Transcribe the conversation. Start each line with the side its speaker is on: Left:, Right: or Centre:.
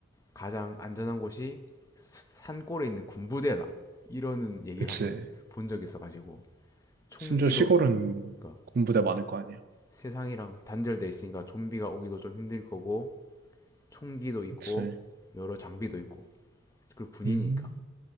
Left: 가장 안전한 곳이 산골에 있는 군부대다. 이러는 얘기를
Right: 그치.
Left: 한번 본 적이 있어가지고 총기도
Right: 심지어 시골은
Left: 그러니까
Right: 군부대 많을 거 아니야.
Left: 세상이랑 단절돼 있으니까 좀비가 오기도 좀 힘들 거고 총기도 있고
Right: 그치.
Left: 여러 장비도 있고 그리고 군인이니까
Right: 음,